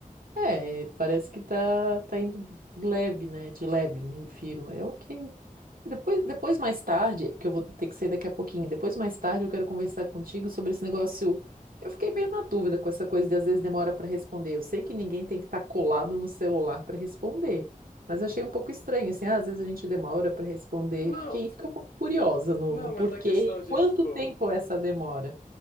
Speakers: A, on the right; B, on the left.
A: É, parece que tá, tá indo leve, né? De leve, me refiro. É ok. Depois, depois, mais tarde, porque eu vou ter que sair daqui a pouquinho, depois, mais tarde, eu quero conversar contigo sobre esse negócio. Eu fiquei bem na dúvida com essa coisa de às vezes demora para responder. Eu sei que ninguém tem que estar colado no celular para responder, mas
B: Uhum.
A: eu achei um pouco estranho, assim, ah, às vezes a gente demora para responder.
B: Não,
A: Fiquei, fiquei um pouco curiosa no,
B: não,
A: no porquê
B: mas na questão
A: e
B: de,
A: quanto
B: tipo,
A: tempo é essa demora.